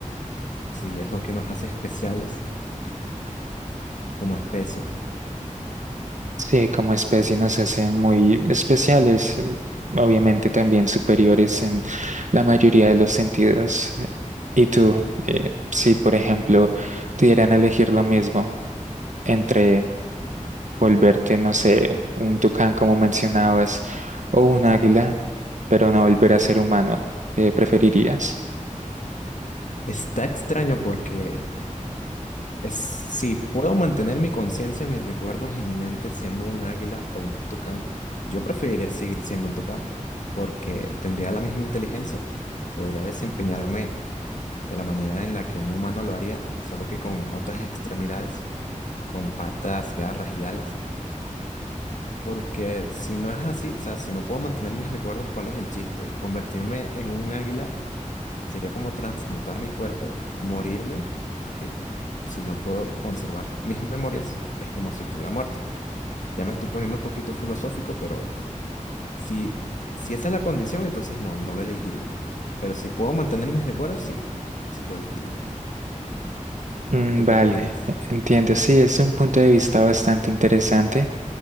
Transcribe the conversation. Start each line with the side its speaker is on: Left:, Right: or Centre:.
Left: Sí, es lo que nos hace especiales como especie.
Right: Sí, como especie nos hace muy especiales, eh, obviamente también superiores en la mayoría de los sentidos. ¿Y tú, eh, si por ejemplo te dieran a elegir lo mismo entre volverte, no sé, un tucán como mencionabas, o un águila, pero no volver a ser humano. ¿Qué preferirías?
Left: Está extraño porque Es, si puedo mantener mi conciencia, mis recuerdos y mi mente siendo un águila o un tucán, yo preferiría seguir siendo un tucán porque tendría la misma inteligencia, podría desempeñarme de la manera en la que un humano lo haría, solo que con otras extremidades, con patas, garras y alas. Porque si no es así, o sea, si no puedo mantener mis recuerdos, ¿cuál es el chiste? Convertirme en un águila sería como transmutar mi cuerpo, morirme, porque si no puedo conservar <laughs> mis memorias, es como si estuviera muerto. Ya me estoy poniendo un poquito filosófico, pero si, si esa es la condición, entonces no, no lo elegiría. Pero si puedo mantener mis recuerdos, sí, sí lo elegiría.
Right: Mm,
Left: ¿Tú
Right: vale,
Left: qué opinas?
Right: entiendo. Sí, es un punto de vista bastante interesante.